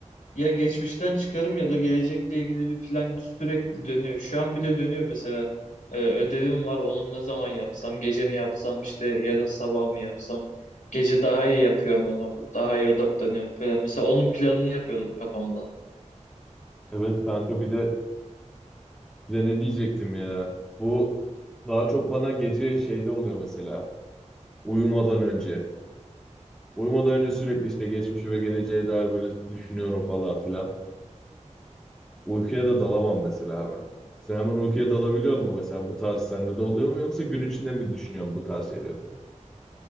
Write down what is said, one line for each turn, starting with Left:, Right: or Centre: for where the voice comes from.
Left: Ya geçmişten çıkarım ya da gelecekle ilgili bir plan sürekli dönüyor. Şu an bile dönüyor mesela. Ee, ödevim var, onun ne zaman yapsam, gece mi yapsam, işte yarın sabah mı yapsam. Gece daha iyi yapıyorum ama daha iyi odaklanıyorum falan. Mesela onun planını yapıyordum kafamda.
Centre: Evet kanka bir de bir de ne diyecektim ya. Bu daha çok bana gece şeyde oluyor mesela uyumadan önce. Uyumadan önce sürekli işte geçmişi ve geleceğe dair böyle düşünüyorum falan filan. Uykuya da dalamam mesela hemen. Sen hemen uykuya dalabiliyor musun mesela bu tarz sende de oluyor mu yoksa gün içinde mi düşünüyorsun bu tarz şeyleri?